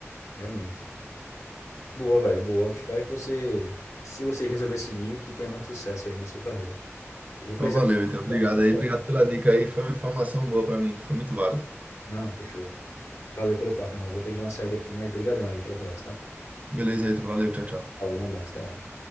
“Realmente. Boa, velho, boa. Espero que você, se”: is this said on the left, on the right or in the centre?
Left